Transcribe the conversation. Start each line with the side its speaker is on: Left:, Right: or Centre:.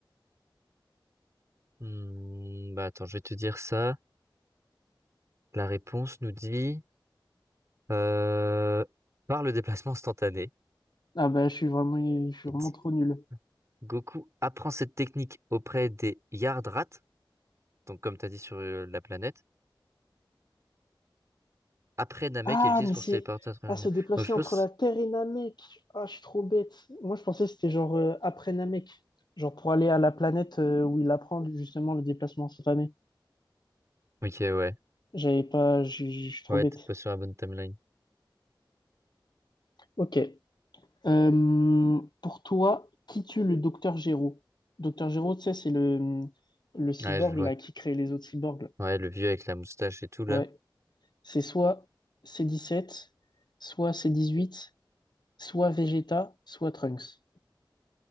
Right: hmm, Bah attends, je vais te dire ça. La réponse nous dit... Euh, par le déplacement instantané,
Left: Ah bah, je suis vraiment, je suis
Right: il
Left: vraiment
Right: dit,
Left: trop nul.
Right: Goku apprend cette technique auprès des Yardrats, donc comme tu as dit sur euh, la planète, après Namek
Left: Ah,
Right: et l'utilise
Left: mais
Right: pour
Left: c'est.
Right: se téléporter à travers
Left: Ah,
Right: l'univers.
Left: se déplacer
Right: Donc je pense...
Left: entre la Terre et Namek. Ah, je suis trop bête. Moi, je pensais que c'était genre euh, après Namek. Genre pour aller à la planète euh, où il apprend justement le déplacement instantané.
Right: Ok, ouais.
Left: J'avais pas. Je je- je suis trop
Right: Ouais,
Left: bête.
Right: t'es pas sur la bonne timeline.
Left: Ok. Euh, pour toi, qui tue le docteur Géraud? Docteur Géraud, tu sais, c'est le, le cyborg
Right: Ouais, je vois.
Left: là, qui crée les autres cyborgs. là.
Right: Ouais, le vieux avec la moustache et tout, là.
Left: Ouais. C'est soit C17, soit C18, soit Vegeta, soit Trunks.